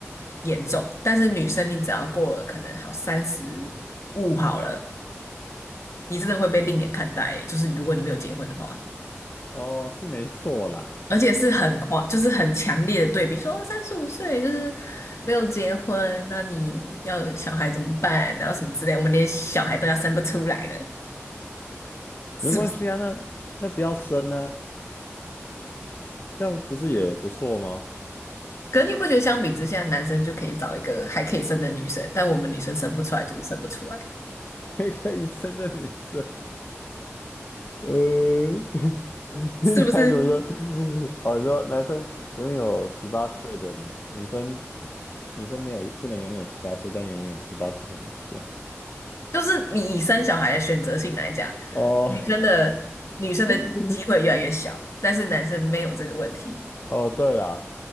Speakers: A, on the left; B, on the left.
A: 严重。但是女生，你只要过了可能好三十五好了，你真的会被另眼看待欸，就是如果你没有结婚的话。
B: 哦是没错啦，
A: 而且是很夸，就是很强烈的对比，说哦三十五岁就是没有结婚，那你要有小孩怎么办？然后什么之类，我们连小孩都要生不出来了，是不是？
B: 没关系啊，那那不要生啊，这样不是也不错吗？
A: 可是你不觉得相比之下，男生就可以找一个还可以生的女生，但我们女生生不出来就是生不出来，
B: 开个医生的女生，呃，<laughs> 听起来怎么有？
A: 是不是？
B: 哦，你说男生拥有十八岁的女女生是，女生没有不能永远十八岁，但永远有十八岁的女生。
A: 就是你以生小孩的选择性来讲，
B: 哦，
A: 女生的女生的机会越来越小，
B: <laughs>
A: 但是男生没有这个问题，
B: 哦，对啦，